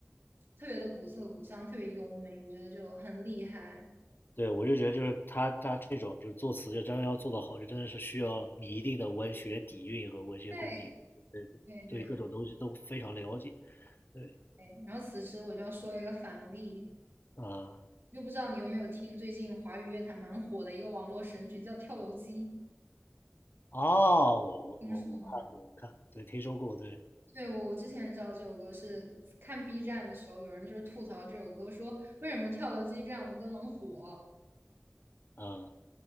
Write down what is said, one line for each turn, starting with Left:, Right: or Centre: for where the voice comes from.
Right: 特别的古色古香，特别优美，我觉得就很厉害。
Left: 对，我就觉得就是他他这种就是作词，就真的要做得好，就真的是需要你一定的文学底蕴和文学功底，
Right: 对，
Left: 对对各种东西都非常了解。
Right: 对对
Left: 对，
Right: 对。然后此时我就要说一个反例，
Left: 嗯，
Right: 就不知道你有没有听最近华语乐坛蛮火的一个网络神曲叫《跳楼机》，
Left: 哦，我我我我看过，
Right: 听说吗？
Left: 我看过，对，听说过，对，
Right: 对，我我之前知道这首歌是看 B 站的时候，有人就是吐槽这首歌，说为什么《跳楼机》这样的歌能火？
Left: 嗯